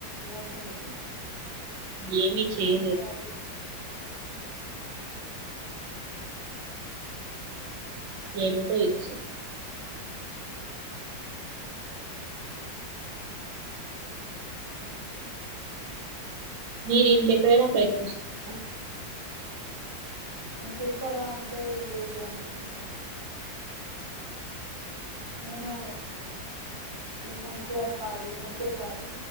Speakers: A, on the right; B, on the right.
A: మోసం ఇది
B: ఏమి చేయలే
A: ఎన్నిసార్లు
B: ఏమిటో ఇది అసలు మీరు ఇంకెక్కడైన ప్రయత్నిస్తార
A: ఇంకెక్కడా అంటే లేదు అనుకుంట నేను ఈ మధ్య కాదు ఈ మధ్య కాదు